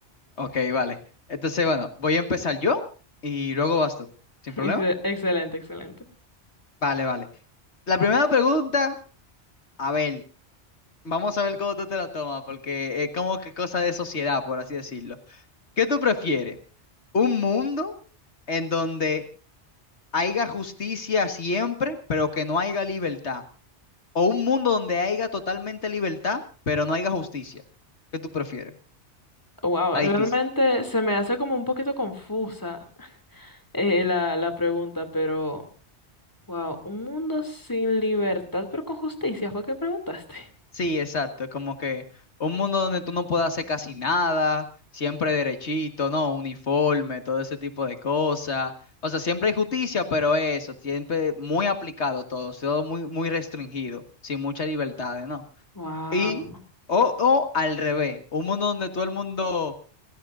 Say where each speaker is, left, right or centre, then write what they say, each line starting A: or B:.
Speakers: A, on the left (about 75°); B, on the left (about 15°).
A: Ok, vale. Entonces, bueno, voy a empezar yo y luego vas tú. ¿Sin
B: <laughs>
A: problema?
B: Excel- Excelente, excelente.
A: Vale, vale. La primera pregunta, a ver, vamos a ver cómo tú te la tomas, porque es como que cosa de sociedad, por así decirlo. ¿Qué tú prefieres? ¿Un mundo en donde haya justicia siempre, pero que no haya libertad? ¿O un mundo donde haya totalmente libertad, pero no haya justicia? ¿Qué tú prefieres?
B: Wow,
A: Está
B: realmente
A: difícil.
B: se me hace como un poquito confusa <laughs> eh, la, la pregunta, pero... Wow, un mundo sin libertad, pero con justicia, fue que preguntaste.
A: Sí, exacto. como que un mundo donde tú no puedes hacer casi nada, siempre derechito, ¿no? Uniforme, todo ese tipo de cosas. O sea, siempre hay justicia, pero eso, siempre muy aplicado todo, todo muy, muy restringido, sin muchas libertades, ¿no?
B: Wow.
A: Y, o, o al revés, un mundo donde todo el mundo,